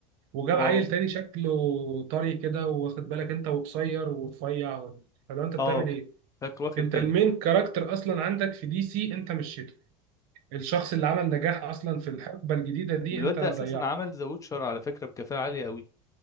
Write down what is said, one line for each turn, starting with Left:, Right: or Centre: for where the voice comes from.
Right: وجاب
Left: واو
Right: عيل تاني شكله طري كده واخد بالك انت وقصير ورفيع فلو انت بتعمل
Left: اه
Right: ايه
Left: فاكر واخد
Right: انت
Left: بالي
Right: المين كاركتر اصلا عندك في دي سي انت مشيته الشخص اللي عمل نجاح اصلا في الحقبه الجديده دي
Left: الواد
Right: انت
Left: ده
Right: ضيعته
Left: اساسا عمل ذا ووتشر على فكره بكفاءه عاليه قوي